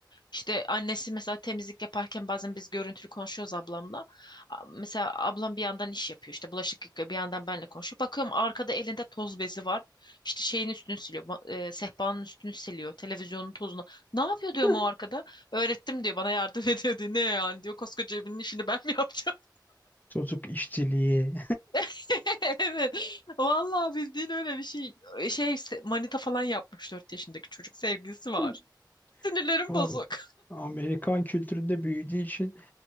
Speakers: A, on the left (about 70°); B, on the left (about 25°).
A: İşte annesi mesela temizlik yaparken bazen biz görüntülü konuşuyoruz ablamla. A- Mesela ablam bir yandan iş yapıyor. işte bulaşık yıkıyor. Bir yandan benle konuşuyor. Bakıyorum arkada elinde toz bezi var. İşte şeyin üstünü siliyor. ma- e, sehpanın üstünü siliyor. Televizyonun tozunu. Ne yapıyor diyorum
B: <laughs>
A: o arkada? Öğrettim diyor. Bana yardım <laughs> ediyor diyor. Ne yani diyor. Koskoca evinin işini ben mi yapacağım?
B: Çocuk işçiliği.
A: <laughs> Evet. Vallahi bildiğin öyle bir şey. Şey se- manita falan yapmış 4 yaşındaki çocuk sevgilisi var.
B: <laughs>
A: Sinirlerim
B: Ama
A: bozuk. <laughs>
B: Amerikan kültüründe büyüdüğü için